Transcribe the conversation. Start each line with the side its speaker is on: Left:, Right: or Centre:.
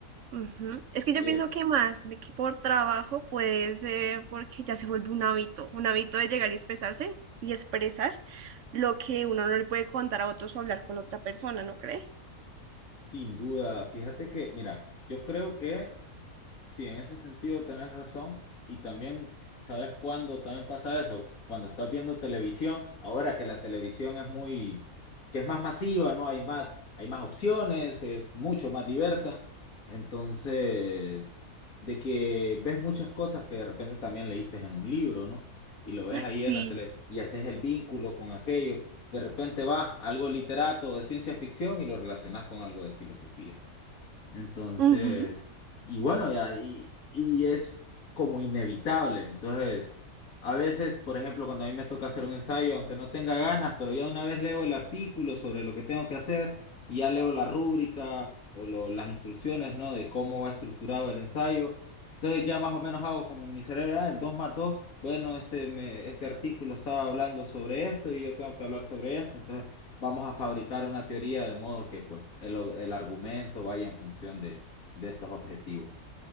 Right: Ujú. Es que
Left: Bien,
Right: yo pienso que más de que por trabajo puede ser porque ya se vuelve un hábito, un hábito de llegar y expresarse y expresar lo que uno no le puede contar a otros o hablar con otra persona, ¿no cree?
Left: sin duda, fíjate que, mira, yo creo que... Sí, en ese sentido tenés razón. Y también, ¿sabes cuándo también pasa eso? Cuando estás viendo televisión, ahora que la televisión es muy, que es más masiva, ¿no? Hay más, hay más opciones, es mucho más diversa. Entonces, de que ves muchas cosas que de repente también leíste en un libro, ¿no? Y lo ves
Right: Ay,
Left: ahí
Right: Sí.
Left: en la tele y haces el vínculo con aquello. De repente vas a algo literato de ciencia ficción y lo relacionas con algo de filosofía. Entonces,
Right: Ujú,
Left: y bueno, ya, y, y es como inevitable. Entonces, a veces, por ejemplo, cuando a mí me toca hacer un ensayo, aunque no tenga ganas, pero ya una vez leo el artículo sobre lo que tengo que hacer y ya leo la rúbrica o lo- las instrucciones, ¿no? De cómo va estructurado el ensayo. Entonces ya más o menos hago como en mi cerebro, ah, el 2 más 2 bueno, este, me, este artículo estaba hablando sobre esto y yo tengo que hablar sobre esto. Entonces vamos a fabricar una teoría de modo que pues el, el argumento vaya en función de, de estos objetivos.